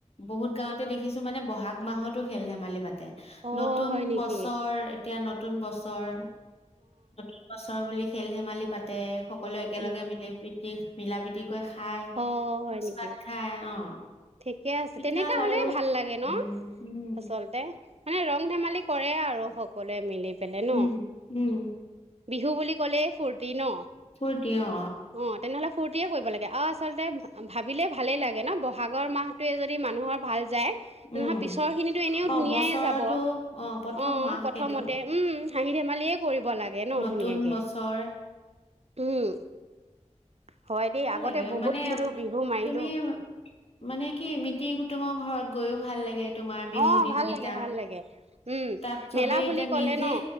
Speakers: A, on the left; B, on the right.
A: বহুত গাঁৱতে দেখিছো মানে বহাগ মাহতো খেল ধেমালি পাত ইয়াতে
B: অঁ
A: নতুন
B: হয় নেকি
A: বস্ত ধৰ এতিয়া নতুন বছৰ নতুন বছৰ বুলি খেল ধেমালি পাতে সকলোৱে একেলগে
B: অঁ
A: মিলি পিকনিক মিলা প্ৰীতি গৈ খাই
B: অ', হয়
A: ভোজ
B: নেকি
A: ভাত খাই অ
B: ঠিকে আছে।
A: পিঠা
B: তেনেকা
A: লাৰু
B: হ'লেই ভাল লাগে ন'
A: উম উম
B: আচলতে। মানে ৰং ধেমালিক কৰে আৰু সকলোৱে মিলি পেলে ন'।
A: উম উম
B: বিহু বুলি ক'লেই ফূৰ্তি ন'?
A: ফূৰ্তি অ
B: অ', তেনেহ'লে ফুৰ কৰিব লাগে আৰু আচলতে ভাবিলে ভালে লাগে ন' ব ভাগৰ মাহটোৱে যদি মানুহৰ ভাল যায়
A: উম
B: নহয় পিছৰ খিনিটো এনেও
A: অ
B: ধুনীয়াই
A: বছৰতো
B: যাব।
A: অ প্ৰথম
B: অ',
A: মাহ
B: প্ৰথমতে
A: সেইটো
B: উম, হাঁহি ধেমালিয়ে কৰিব লাগে ন'
A: নতুন
B: ধুনীয়াকে।
A: বছৰ
B: উম। হয় দেই
A: ভাল
B: আগতে
A: লাগে
B: বহুত
A: মানে
B: কিন্তু বিহু মাৰিলোঁ।
A: তুমি মানে কি মিতি কুটুমৰ ঘৰত গৈও ভাল লাগে। তোমাৰ বিহু
B: অ',
A: দিনকিটা,
B: ভাল লাগে ভাল লাগে উম
A: তাত চবেই
B: মেলা বুলি
A: এতিয়া
B: ক'লে
A: নিজে,
B: ন